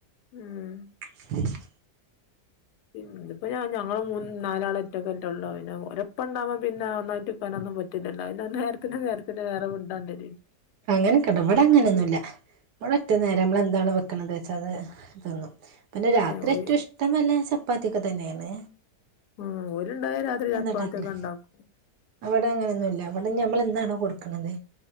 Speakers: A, on the left; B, on the right.
A: ഉം.
B: <inaudible>
A: പിന്നപ്പോ ഞ ഞങ്ങള് മൂ നാലാളൊറ്റൊക്കെല്ലൊള്ളൂ. പിന്നെ ഓലെപ്പ ന്നാ പ്പം പിന്നെ ഒന്നായിട്ടിട്ക്കാനൊന്നും പറ്റ് റ്റൂലല്ലോ. പിന്നെ നേരത്തിന് നേരത്തിന് വേറെ ഫുഡാണ്ടെര്യും അയ്ന്
B: അങ്ങനെക്കണ്ടൊ. വടെ അങ്ങനൊന്നുല്ല. ബടെ ഒറ്റ നേരം. മ്മളെന്താണൊ വെ ക്ക്ണത്ച്ച അത് തിന്നും. പിന്നെ രാത്രി
A: ഏഹ് ഓല്
B: ഏറ്റും ഇഷ്ടം നല്ല ചപ്പാത്യൊക്കെതന്നേണ്
A: ഉം... ഓല്ണ്ടായാൽ രാത്രി ചപ്പാത്യൊക്കെ
B: ഉണ്ടാക്കല്
A: ണ്ടാക്കും
B: അവിടെ അങ്ങനെന്നുഅല്ല. വടെ ഞ്ഞി ഞമ്മൾ എന്താണോ കൊട്ക്ക്ണത്,